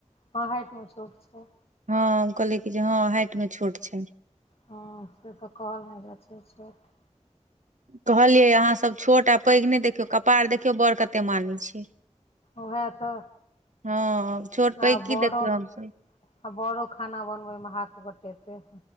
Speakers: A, on the left; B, on the right.
A: हँ हाइट मऽ छोट छैय।
B: हँ हम कहलियेकि जे हँ हाइट मऽ छोट छैय
A: हँ सेतऽ कहल नहि जाइ छैय छोट
B: कहलियै अहाँसभ छोट आ पैघ नहि देखियौ कपार देखियौ बड़ कते मानै छैय।
A: ओहि तऽ
B: हँ छोट पैघ
A: आब
B: की
A: बड़ो
B: देखबैय हमसब।
A: आ बरों खाना बनबैय मऽ हाथ बटेतेयह